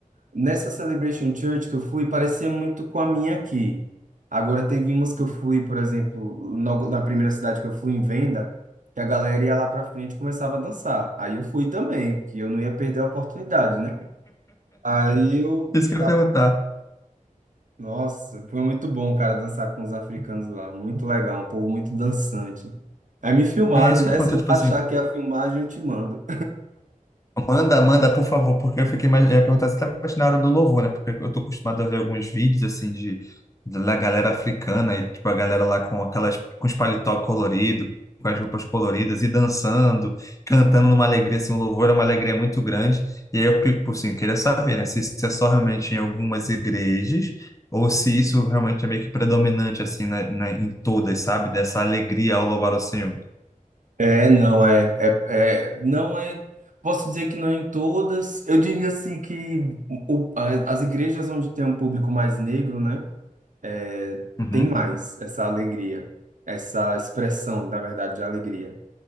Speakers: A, on the right (about 65°); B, on the left (about 25°).
A: Nessa Celebration Church que eu fui, parecia muito com a minha aqui. Agora, teve umas que eu fui, por exemplo, no- na primeira cidade que eu fui, em Venda, que a galera ia lá pra frente e começava a dançar. Aí eu fui também, que eu não ia perder a oportunidade, né? Aí eu.
B: Isso que eu
A: Tá...
B: ia perguntar.
A: Nossa, foi muito bom, cara, dançar com os africanos lá. Muito legal, um povo muito dançante. Aí me filmaram,
B: É isso
A: né?
B: que eu ia perguntar,
A: Se eu
B: tipo
A: achar
B: assim,
A: que é a filmagem, eu te mando.
B: Manda, manda, por favor, porque eu fiquei mais, eu ia perguntar exatamente na hora do louvor, né? Porque eu tô acostumado a ver alguns vídeos assim de da galera africana e tipo a galera lá com aquelas com os paletó colorido, com as roupas coloridas e dançando, cantando numa alegria assim, o louvor é uma alegria muito grande. E aí eu tipo assim, eu queria saber, né, se isso é só realmente em algumas igrejas ou se isso realmente é meio que predominante assim na, na- em todas, sabe? Dessa alegria ao louvar o Senhor.
A: É, não, é, é, é- não é, posso dizer que não é em todas, eu diria assim que o- o- a- as igrejas onde tem um público mais negro, né, é,
B: Uhum.
A: tem mais essa alegria, essa expressão, na verdade, de alegria,